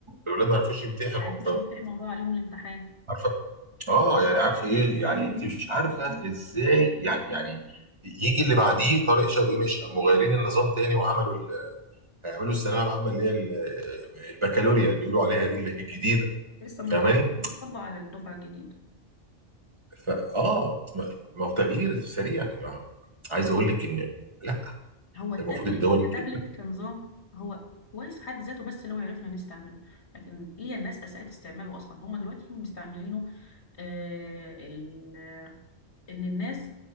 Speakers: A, on the right; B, on the left.
A: الولاد ما عرفوش يمتحنوا
B: ما عرفوش
A: ف-
B: يمتحنوا وضاع عليهم الامتحان
A: عارفه اه يعني عارفه ايه يعني انت مش عارفه ازاي يعني يعني يجي اللي بعديه طارق شوقي مش مغيرين النظام تاني وعملوا ال... هيعملوا الثانويه العامه اللي هي ال- البكالوريا اللي بيقولوا عليها
B: ايوه
A: دي اللي هي الجديده
B: لسه متطبقة
A: فاهماني
B: هتطبق على الدفعة الجديدة
A: فا اه ما ما هو تغيير سريع يعني عايز اقول لك ان لا
B: هو التابلت
A: المفروض الدول الكبيره
B: كتابلت كنظام هو كويس في حد ذاته بس لو عرفنا نستعمله لكن هي الناس أساءت استعماله أصلا هما دلوقتي مستعملينه آه ال... إن الناس